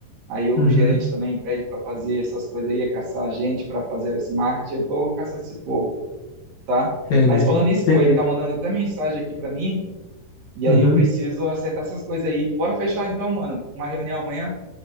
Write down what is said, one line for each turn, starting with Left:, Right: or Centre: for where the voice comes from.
Right: Aí o
Left: Uhum.
Right: gerente também pede para fazer essas coisas aí, é caçar a gente para fazer esse marketing. Eu estou caçando esse povo, tá?
Left: Entendi,
Right: Mas falando isso,
Left: entendi.
Right: pô, ele tá mandando até mensagem aqui para mim, e aí
Left: Uhum.
Right: eu preciso acertar essas coisas aí. Bora fechar então, mano, uma reunião amanhã.